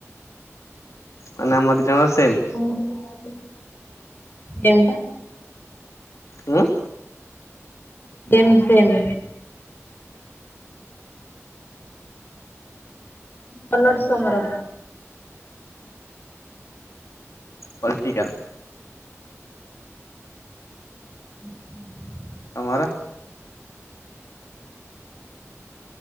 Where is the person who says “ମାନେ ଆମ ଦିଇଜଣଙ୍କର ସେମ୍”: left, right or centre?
Left